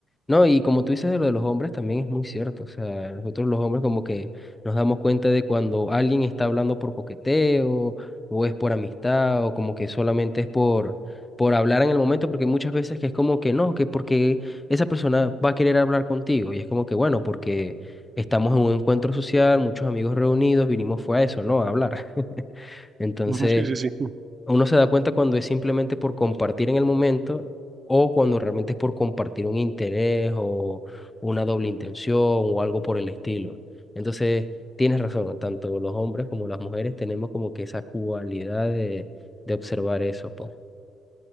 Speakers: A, on the left (about 20°); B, on the right (about 35°).
A: No, y como tú dices de lo de los hombres también es muy cierto. O sea, nosotros los hombres como que nos damos cuenta de cuando alguien está hablando por coqueteo o es por amistad o como que solamente es por, por hablar en el momento porque muchas veces que es como que no, que porque esa persona va a querer hablar contigo y es como que bueno, porque estamos en un encuentro social, muchos amigos reunidos, vinimos fue a eso, ¿no? A hablar. <laughs> Entonces,
B: <laughs> Sí, sí, sí.
A: uno se da cuenta cuando es simplemente por compartir en el momento o cuando realmente es por compartir un interés o una doble intención o algo por el estilo. Entonces, tienes razón, tanto los hombres como las mujeres tenemos como que esa cualidad de, de observar eso, pues.